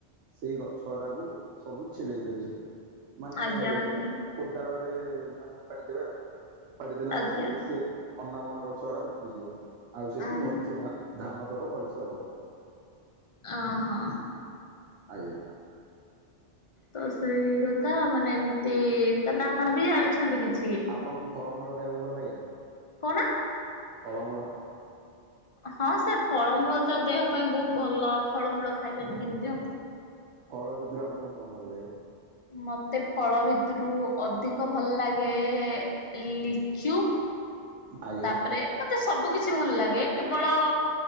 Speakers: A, on the right; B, on the left.
A: ସେଇ ଗଛ ଗୁଡାକୁ ସବୁ ଛିଡେଇ ଦେବେ ସେଠୁ। ମାନେ
B: ଆଜ୍ଞା ଆଜ୍ଞା
A: କୋଦାଳରେ ମାନେ ଓପାଡିଦେବେ ଆଉ। ଓପାଡି ଦେଲା
B: ଆଜ୍ଞା।
A: ଆସିକି ସେ ଅନା ବନା ଗଛ ଗଡା ଉପୁଡିଯିବ ଆଉ ସେଇଠୁ
B: ଓହୋ।
A: ଭଲସେ ଧାନ ଧାନ ଦକ ଭଲସେ ହବ।
B: ଓ ହୋ।
A: ଆଜ୍ଞା।
B: ତ ସେଇ କଥା ମାନେ ଏମିତି ତାପରେ ଆପଣ ବି ଜାଣିଚନ୍ତି କିଛି
A: ଆପଣଙ୍କୁ ଫଳମୂଳ ଖାଇବାକୁ ଭଲ ଲାଗେ?
B: କଣ?
A: ଫଳମୂଳ?
B: ହଁ ସେ ଫଳମୂଳ ତ ଦେହ ପାଇଁ ବହୁତ ଭଲ। ଫଳମୂଳ ଖାଇବାନି କେମିତି ହବ?
A: ଫଳ ଭିତରୁ ଆପଣଙ୍କୁ କଣ ଭଲ ଲାଗେ?
B: ମତେ ଫଳ ଭିତରୁ ଅଧିକ ଭଲ ଲାଗେ ଲିଚୁ।
A: ଆଜ୍ଞା।
B: ତାପରେ ମତେ ସବୁ କିଛି ଭଲ ଲାଗେ। କେବଳ